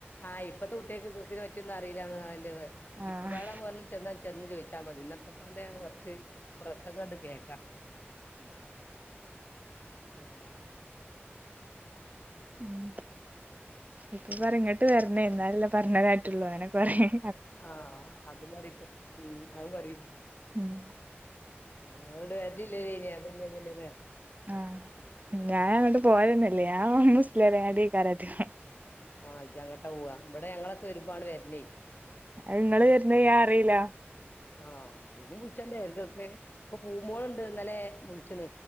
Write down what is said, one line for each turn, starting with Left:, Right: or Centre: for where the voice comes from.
Left: ആയി ഇപ്പത്തെ കുട്ടിയാൾക്ക് കൃഷിനെ പറ്റിയൊന്നും അറിയില്ലാന്ന്
Right: ആഹ്
Left: ഇപ്പൊ പാടാ പോ ചെന്നാ ചെന്ന് ചോദിച്ചാൽ മതി ഇന്നപ്പ ഇപ്പാന്റെ കൊറച്ച് പ്രസംഗം ണ്ട് കേക്കാ ആ
Right: ഉം ഇപ്പൊ പറഞ്ഞിട്ട് വരണേ എന്നാലല്ല പറഞ്ഞ കാര്യ പറ്റൊള്ളു അയ്നെ പറയാൻ
Left: ആഹ അത് മറീട്ട് പ് ഉം അത് മറി
Right: ഉം
Left: ആുടെ അതില്ലേ അതില്ലേ
Right: ആ ഞാൻ അങ്ങട്ട് പോവലന്ന്യേല്ല ഞാൻ മുസ്ല്യാരങ്ങടി യാക്കാരം അധികം
Left: ആഹ് ഇജ്ജങ്ങട്ടാ പോവാ ഇവിടെ ഞങ്ങളൊക്കെ വരുമ്പാണ് വരണേ
Right: അഹ് നിങ്ങള് വരുന്നത് ഞാൻ അറിയില്ല
Left: ആഹ് ഇജ്ജും വിളിച്ചെന്നായിരുന്നു അല്ലെ ഇപ്പ പൂമോളുണ്ട് ന്നല്ലെ വിളിച്ചണ്